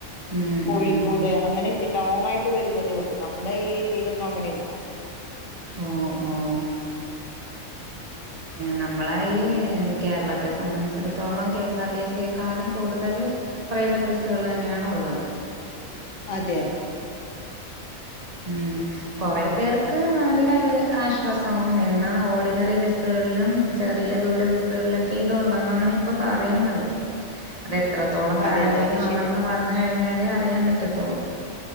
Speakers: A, on the right; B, on the left.
A: ഉം
B: കോഴിക്കോട്,
A: ഉം
B: അങ്ങനെ ച്ച് ലോങ്ങായിട്ട് വരുന്നതേള്ളൂ. നമ്മടെ ഈ ഏരൃല് ഒന്നും അങ്ങനെ ഇല്ല.
A: ഓ ആഹ് നമ്മളെ ഈ, കേരളത്തെ സംബന്ധിച്ചിടത്തോളം K. S. R. T. C. യെക്കാളും കൂടുതല് പ്രൈവറ്റ് ബസ്സുകൾ തന്നെയാണ് ഉള്ളത്.
B: അതെ
A: ഉം കൊറെ പേർക്ക് നല്ല ആശ്വാസാവും എന്നാ ഓർഡിനറി ബസ്സുകളിലും ചെറിയ ദൂര ബസുകളിലൊക്കെ ഇതെ ഒള്ളെന്നാണ് ഇപ്പ പറയുന്നത് അത് എത്രത്തോളം പ്രായോഗികമാണെന്ന്
B: അതെ അതെ അത് ശരിയാണ്
A: വന്ന് കഴിഞ്ഞാലേ അറിയാൻ പറ്റത്തൊള്ളു